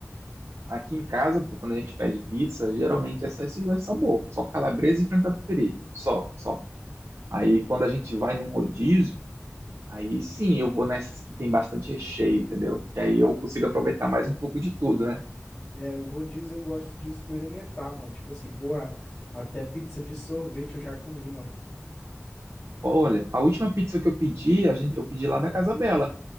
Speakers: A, on the right; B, on the left.
A: Aqui em casa, pô, quando a gente pede pizza, geralmente essa- esses dois são bons, só calabresa e frango catupiry, só, só. Aí quando a gente vai num rodízio, aí sim eu vou nessas que tem bastante recheio, entendeu? Que aí eu consigo aproveitar mais um pouco de tudo, né?
B: É, o rodízio eu gosto de experimentar, mano. Tipo assim, porra, até pizza de sorvete eu já comi, mano.
A: Olha, a última pizza que eu pedi, a gente, eu pedi lá da Casa Bela.